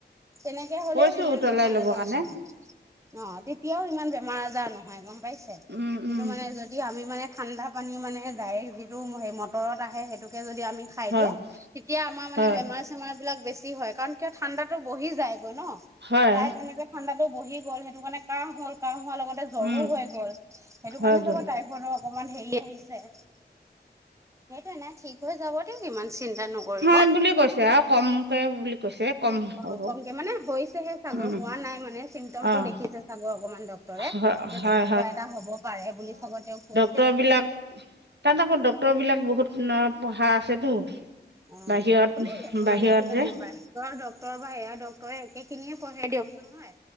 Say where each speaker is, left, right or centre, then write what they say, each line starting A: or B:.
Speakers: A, on the right; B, on the right.
A: তেনেকে হ'লেও
B: কৈছোঁ
A: ইমান
B: উতলাই
A: বেমাৰ
B: ল'বৰ
A: আজাৰ
B: কাৰণে
A: নহয়। অঁহ ', তেতিয়াও ইমান বেমাৰ আজাৰ নহয় ।গম পাইছে
B: উম
A: কিন্তু
B: উম
A: মানে যদি আমি মানে ঠাণ্ডা পানী মানে ডাইৰেক্ট যিটো সেই মটৰত আহে সেইটোকে য আমি খাই
B: হয়
A: দিওঁ তেতিয়া আমাৰ মানে
B: হয়
A: বেমাৰ চেমাৰ বিলাক বেছি হয় কাৰণ কিয় ঠাণ্ডাটো বহি যায়। ন
B: হয়
A: তাই তেনেকে ঠাণ্ডাটো বহি গল সেইটো কাৰণে কাহ হল কাহ লগতে জ্বৰো
B: উম
A: হৈ গ'ল সেইটো
B: হৈ
A: কাৰণে
B: গ'ল
A: চাগ টাইফডক সেইটো এ ঠিক হৈ যাব দিয়ক। চিন্তা নকৰিব
B: হয় বুলি কৈছে আৰু কমকে বুলি কৈছে কম
A: অঁহ
B: হ'ব
A: ', কমক মানেহে মানে হৈছেহে ।
B: উম
A: হোৱা নাই মানে চিমটমো
B: অ'
A: দেখিছে চাগে অকনমান। দৰে
B: হয়
A: যে
B: হয়
A: তেনেকুৱা এটা হব পাৰে বুলি চাব তেওঁ কৈ
B: ডক্টৰে বিলাক তাত আকৌ ডক্তৰ বিলাক বহুত পঢ়া আছেতো।
A: অ',
B: বাহিৰত
A: অকলে
B: বাহিৰত
A: মানে কি জানে
B: যে
A: বাহিৰৰ ডক্টৰ বা এয়া ডক্টৰে একে খিনিয়ে পঢ়ে দিয়কচোন হয়,